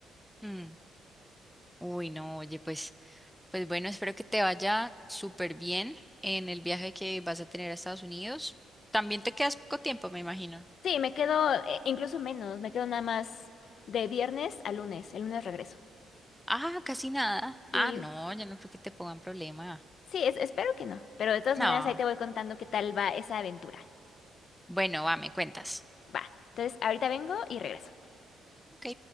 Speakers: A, in the centre; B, on the left (about 65°).
A: Mm. Uy, no, oye, pues, pues bueno, espero que te vaya súper bien en el viaje que vas a tener a Estados Unidos. También te quedas poco tiempo, me imagino.
B: Sí, me quedo eh, incluso menos, me quedo nada más de viernes a lunes, el lunes regreso.
A: Ah, casi nada.
B: Sí,
A: Ah, no, yo no creo que te pongan problema.
B: sí, es- espero que no, pero de todas
A: No.
B: maneras ahí te voy contando qué tal va esa aventura.
A: Bueno, va, me cuentas.
B: Va, entonces ahorita vengo y regreso.
A: Ok.